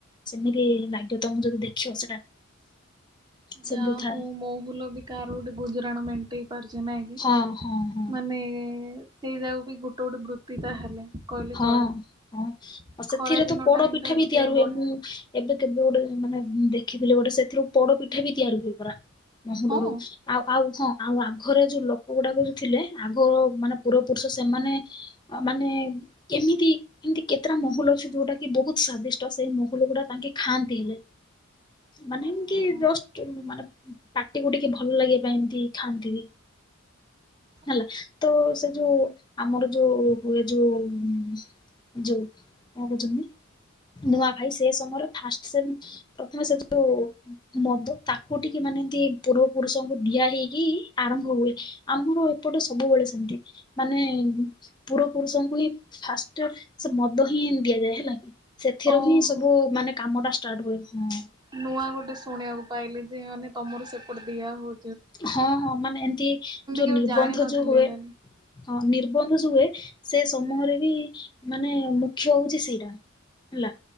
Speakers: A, on the left; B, on the right.
A: ସେମିତି ଲାଗିବ ତମକୁ ଯଦି ଦେଖିବ ସେଟା। ସେମିତି
B: ଯା
A: ଥାଏ।
B: ହଉ ମହୁଲ ବି କାହାର ଗୋଟେ ଗୁଜୁରାଣ ମେଣ୍ଟିଇ। ପାରୁଚି ନାଇଁ କି
A: ହଁ ହଁ ହଁ
B: ମାନେ ସେଇ ଯାଉକୁ ବି ଗୋଟେ ଗୋଟେ ବୃତ୍ତି ତା ହେଲେ। କହିଲେ
A: ହଁ,
B: ଚଳେ।
A: ହଁ, ଆଉ
B: ଏ
A: ସେଥିରେ
B: ଖରା ଦିନ
A: ତ ପୋଡ
B: ଟାଇମ
A: ପିଠା
B: ରେ ଏମିତି
A: ବି ତିଆରି ହୁଏ,
B: ବଢା
A: ମୁଁ ଏବେ କେବେ ଗୋଟେ ମାନେ ଦେଖିଥିଲି ଗୋଟେ ସେଥିରୁ ପୋଡ ପିଠା ବି ତିଆରି ହୁଏ ପରା ମହୁଲରୁ
B: ହଁ
A: ଆଉ ଆଉ ହଁ ଆଉ ଆଘରେ ଯୋଉ ଲୋକ ଗୁଡାକ ଯୋ ଥିଲେ ଆଘ ମାନେ ପୂରବ ପୁରୁଷ ସେମାନେ ମାନେ କେମିତି ଏମିତି କେତେଟା ମହୁଲ ଅଛି ଯୋଉଟା କି ବହୁତ ସ୍ଵାଦିଷ୍ଟ ସେଇ ମହୁଲ ଗୁଡା ତାଙ୍କେ ଖାଆନ୍ତି ହେଲେ ମାନେ
B: ଓହୋ
A: ଏମିତି ଜଷ୍ଟ ମାନେ ପାଟିକୁ ଟିକେ ଭଲ ଲାଗିବା ପାଇଁ ଏମତି ଖାଆନ୍ତି ବି ହେଲା
B: ଆଚ୍ଛା
A: ତ ସେ ଯୋଉ ଆମର ଯୋଉ ହୁଏ ଯୋଉ ହୁମ ଯଉ କଅ କହୁଥିଲି ନୂଆଖାଇ ସେ ସମୟରେ ଫାର୍ଷ୍ଟ ସେ ପ୍ରଥମେ ସେ ଯଉ ମଦ ତାକୁ ଟିକେ ମାନେ ଏମିତି ପୂର୍ବ ପୁରୁଷଙ୍କୁ ଦିଆ ହେଇକି ଆରମ୍ଭ ହୁଏ ଆମର ଏପଟେ ସବୁବେଳେ ସେମିତି ମାନେ ପୂରବ ପୁରୁଷଙ୍କୁ ହିଁ ଫାଷ୍ଟ ସେ ମଦ ହିଁ ଦିଆଯାଏ ହେଲା ସେଥିରୁ
B: ଓହୋ
A: ହିଁ ସବୁ ମାନେ କାମଟା ଷ୍ଟାର୍ଟ ହୁଏ ହଁ
B: ନୂଆ ଗୋଟେ ଶୁଣିବାକୁ ପାଇଲି ଯେ ମାନେ ତମର ସେପଟେ ଦିଆ ହଉ
A: ହଁ ହଁ ମାନେ ଏମିତି ଯୋଉ
B: କେବେ
A: ନିର୍ବନ୍ଧ
B: ଜାଣିନଥିଲି
A: ଯୋଉ ହୁଏ
B: ହେଲେ
A: ହଁ ନିର୍ବନ୍ଧ ଯୁଉ ହୁଏ। ସେ ସମୟରେ ବି ମାନେ ମୁଖ୍ୟ ହଉଛି ସେଇଟା ହେଲା